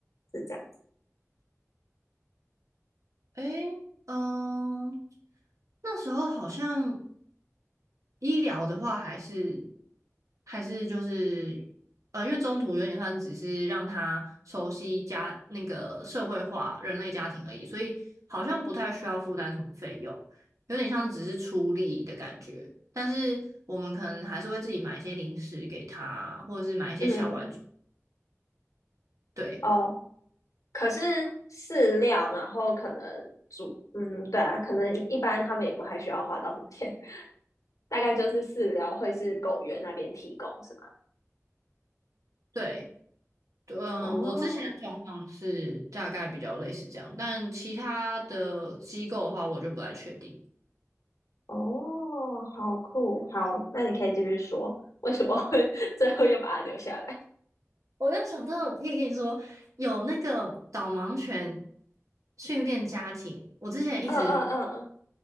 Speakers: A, on the left (about 80°); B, on the right (about 80°).
A: 是这样子。
B: 诶，嗯、那时候好像。医疗的话，还是还是就是，呃，因为中途有点算只是让他熟悉家那个社会化人类家庭而已，所以好像不太需要负担什么费用，有点像是只是出力的感觉。但是我们可能还是会自己买一些零食给他，或者是买一些小玩具。
A: 嗯，
B: 对
A: 哦，可是饲料，然后可能煮，嗯，对啊，可能一般他们也不太需要花到什么钱，<laughs> 大概就是饲料会是狗园那边提供，是吗？
B: 对，嗯、
A: 哦。
B: 呃我之前的状况是大概比较类似这样，但其他的机构的话，我就不太确定。
A: 哦，好酷，好，那你可以继续说，为什么会 <laughs> 最后又把它留下来？
B: 我刚想到，我可以跟你说，有那个导盲犬训练家庭，我之前一直，
A: 嗯嗯嗯，